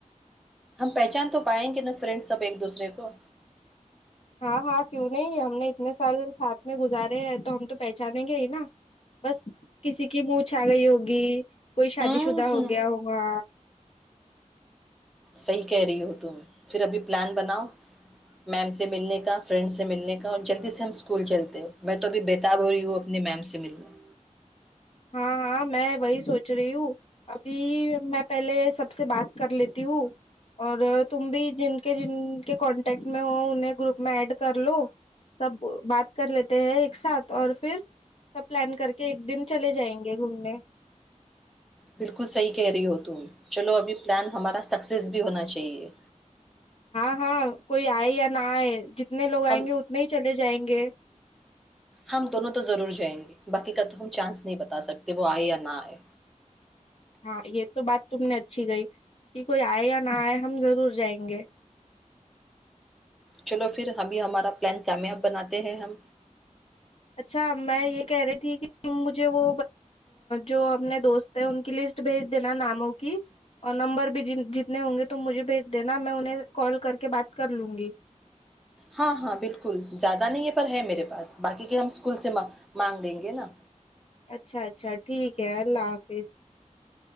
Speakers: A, in the centre; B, on the left.
A: ہم پہچان تو پائیں گے نا فرینڈ سب ایک دوسرے کو
B: ہاں ہاں کیوں نہیں ہم نے اتنے سال ساتھ میں گزارے ہیں تو ہم تو پہچانیں گے ہی نا بس کسی کی منہ چھا رہی ہوگی کوئی شادی
A: ہوں
B: شدہ
A: ہ
B: ہو گیا ہوا
A: صحیح کہہ رہی ہو تم پھر ابھی پلان بناؤ میم سے ملنے کا فرینڈ سے ملنے کا اور جلدی سے ہم اسکول چلتے ہیں میں تو ابھی بیےتااب ہو رہی ہوں اپنے میم سے ملنے
B: ہاں ہاں میں وہی سوچ رہی ہوں ابھی میں پہلے سب سے بات کر لیتی ہوں اور تم بھی جن کے جن کے کانٹیکٹ میں ہو انہیں گروپ میں ایڈ کر لو سب بات کر لیتے ہیں ایک ساتھ اور پھر سب پلان کر کے ایک دن چلے جائیں گے گھومنے
A: بالکل صحیح کہہ رہی ہو تم چلو ابھی پلان ہمارا سکسیس بھی ہونا چاہیے
B: ہاں ہاں کوئی آئے یا نہ آئے ج جتنے لگ
A: ہم
B: آئ گے اتنے ہی چل جائیں گے گ <unintelligible>
A: ہم دونوں تو ضرور جائیں گے باقی کا تو ہم چانس نہیں بتا سکتے وہ آئے یا نہ آئے
B: ہاں یہ تو بات تم نے اچھی کہی کہ کوئی آئے یا نہ آئے ہم ضرور جائیں گے
A: چلو پھر ابھی ہمارا پلان کامیاب بناتے ہیں ہم
B: اچھا میں یہ کہہ رہی تھی کہ مجھے وہ جو اپنے دوست ہیں ان کی لسٹ بھیج دینا ناموں کی اور نمبر بھی جتنے ہوں گے تم مجھے بھیج دینا میں انہیں کال کر کے بات کر لوں گی
A: ہاں ہاں بالکل زیادہ نہیں ہے پر ہے میرے پاس باقی کے ہم اسکول سے مانگ لیں گے نا
B: اچھا اچھا ٹھیک کیا اللہ حافظ